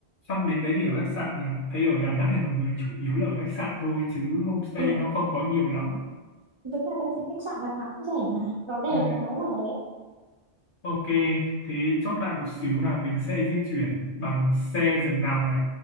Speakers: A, on the left; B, on the right.
A: xong đến đấy mình ở khách sạn nhỉ thấy ở Đà Nẵng này mọi người chủ yếu là ở khách sạn thôi chứ homestay
B: ừ
A: nó không có nhiều lắm
B: với cả tôi thấy khách sạn Đà Nẵng cũng rẻ mà nó đẹp
A: ừ,
B: mà nó rẻ
A: ok thế chốt lại một xíu nào mình sẽ di chuyển bằng xe giường nằm này